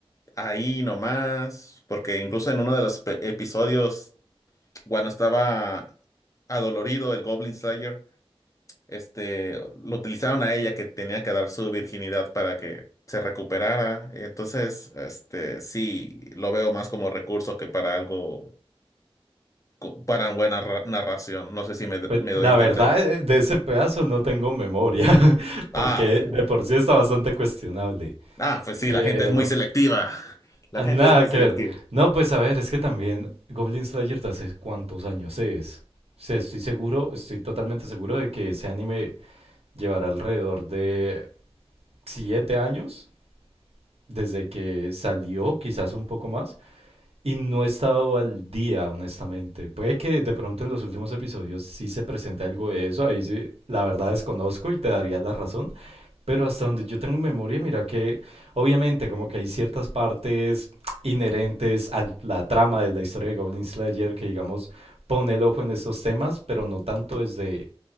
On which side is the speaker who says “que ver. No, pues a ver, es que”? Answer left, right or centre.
Right